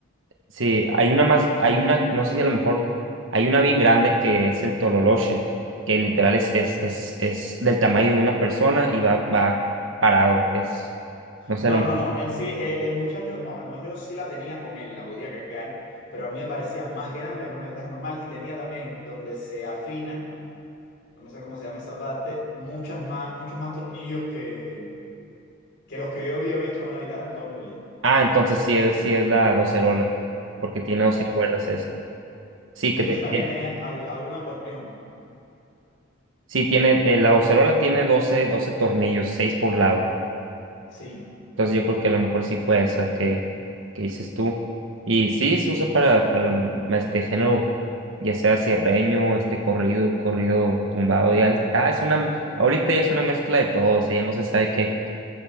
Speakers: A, on the right; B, on the left.
A: sí, hay una más hay
B: Porque-
A: una no sé si a lo mejor hay una bien grande que es el tololoche, que literal es es es, es del tamaño de una persona y va va parado, es no sé
B: No,
A: a lo mejor.
B: no, no. Él sí, eh, el muchacho, no, el muchacho sí la tenía con él, la podía cargar, pero a mí me parecía más grande que una guitarra normal y tenía también donde se afina, no me sé cómo se llama esa parte, muchas más, muchos más tornillos que, que los que yo había visto en una guitarra en toda mi vida.
A: Ah, entonces sí es sí es la docerola, porque tiene
B: Ah,
A: 12 cuerdas esa. Sí,
B: y
A: que
B: entonces
A: te-
B: también
A: tiene,
B: tenía, había, había un acordeón.
A: sí tiene eh, la docerola tiene 12 doce tornillos, 6 por lado.
B: Sí,
A: Entonces yo creo que a lo mejor sí fue esa que, que dices tú. Y sí, se usa para, para mm, este género, ya sea cierreño, este corrido, corrido tumbado, ya, es- ah, es una, me- ahorita ya es una mezcla de todo, o sea, ya no se sabe qué,